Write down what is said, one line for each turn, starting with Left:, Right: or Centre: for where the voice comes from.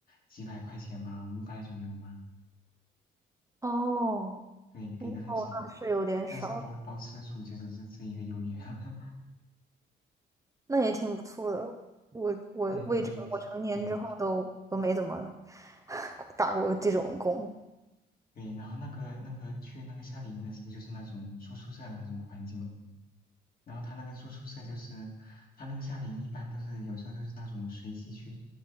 Left: 几百块钱吧，五百左右吧，
Right: 哦，
Left: 对，给的很少，
Right: 哦，那是有点少。
Left: 但是包包吃住就是这这一个优点，<laughs>
Right: 那也挺不错的。我我未成我成年之后都都没怎么
Left: 嗯，对，对
Right: <laughs> 打过这种工。
Left: 对，然后那个那个去那个夏令营的时候，就是那种住宿舍的那种环境，然后他那个住宿舍就是，他那个夏令营一般都是有时候都是那种随机去，